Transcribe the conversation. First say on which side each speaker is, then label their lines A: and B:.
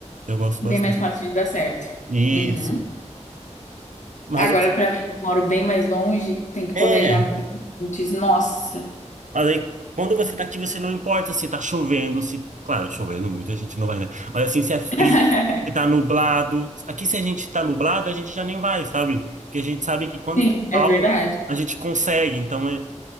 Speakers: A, on the right; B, on the left.
A: eu gosto bastante.
B: Bem mais fácil de dar certo.
A: Isso.
B: Uhum.
A: Mas
B: Agora,
A: assim,
B: pra mim, que moro bem mais longe, tem que planejar
A: é.
B: bem antes. Nossa.
A: Mas aí, quando você tá aqui, você não importa se tá chovendo, se... Claro, chovendo muito, a gente não vai, né? Mas assim, se é frio,
B: <laughs>
A: se tá nublado... Aqui, se a gente tá nublado, a gente já nem vai, sabe? Porque a gente sabe que quando
B: Sim,
A: tem
B: é
A: sol,
B: verdade.
A: a gente consegue. Então, é,